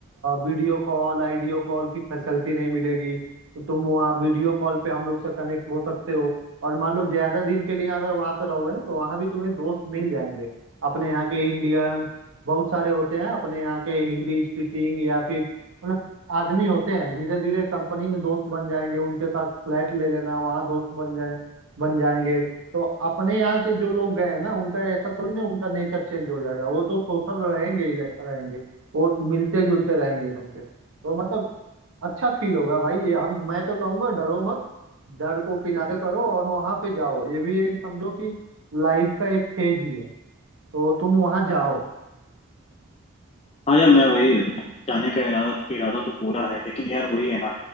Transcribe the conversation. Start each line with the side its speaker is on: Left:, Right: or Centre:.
Right: वीडियो कॉल आइडियो कॉल की फैसिलिटी नहीं मिलेगी तो तुम वहाँ वीडियो कॉल पे हम लोग से कनेक्ट हो सकते हो और मान लो ज्यादा दिन के लिए अगर वहां पे रहोगे ना तो वहां भी तुम्हें दोस्त मिल जाएंगे अपने यहाँ के इंडियन बहुत सारे होते हैं अपने यहाँ के हिंदी स्पीकिंग या फिर मतलब आदमी होते हैं धीरे धीरे कंपनी में दोस्त बन जाएंगे उनके साथ फ्लैट ले लेना वहां दोस्त बन जाए बन जाएंगे तो अपने यहाँ से जो लोग गए हैं ना उनका ऐसा थोड़ी ना उनका नेचर चेंज हो जाएगा वो तो सोशल रहेंगे ही रह- रहेंगे वो मिलते जुलते रहेंगे तुमसे तो मतलब अच्छा फील होगा भाई ये हम मैं तो कहूंगा डरो मत डर को किनारे करो और वहां पे जाओ ये भी एक समझो कि लाइफ का एक फेज ही है तो तुम वहां जाओ
Left: हाँ यार मैं वही मैं जाने का इरादा इरादा तो पूरा है लेकिन यार वही है ना